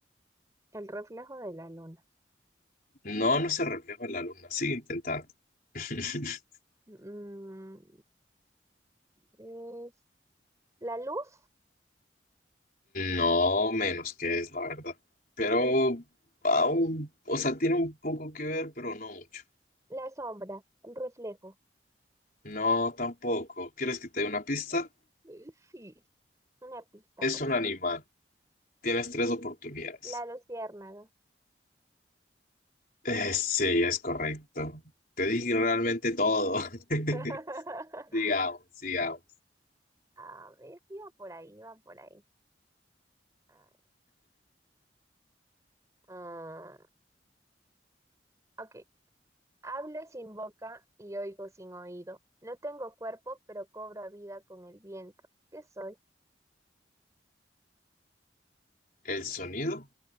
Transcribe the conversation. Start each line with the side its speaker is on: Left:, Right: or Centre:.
Right: El reflejo de la luna.
Left: No, no se refleja en la luna, sigue intentando. <laughs>
Right: Mm, es la luz,
Left: No menos que es, la verdad. Pero aún, o sea, tiene un poco que ver, pero no mucho.
Right: la sombra, el reflejo.
Left: No, tampoco. ¿Quieres que te dé una pista?
Right: Eh, Sí. Una pista,
Left: Es
Right: por
Left: un
Right: favor.
Left: animal. Tienes tres oportunidades.
Right: La luciérnaga.
Left: Eh, sí, es correcto. Te dije realmente todo. <laughs>
Right: <laughs>
Left: Digamos, sigamos.
Right: A ver iba por ahí, iba por ahí. Ay, ah, ok, Hablo sin boca y oigo sin oído. No tengo cuerpo, pero cobro vida con el viento. ¿Qué soy?
Left: El sonido,